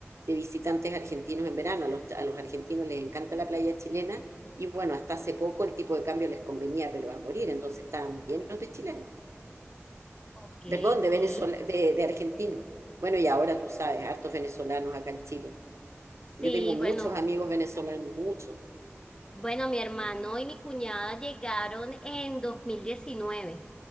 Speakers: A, on the right; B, on the left.
A: de visitantes argentinos en verano, a los, a los argentinos les encanta la playa chilena. Y bueno, hasta hace poco el tipo de cambio les convenía, pero a morir, entonces estábamos llenos de chilenos
B: Ok,
A: perdón, de
B: sí.
A: Venezuela, de, de argentinos. Bueno, y ahora tú sabes, hartos venezolanos acá en Chile.
B: Sí,
A: Yo tengo muchos
B: bueno,
A: amigos venezolanos, muchos.
B: bueno, mi hermano y mi cuñada llegaron en 2019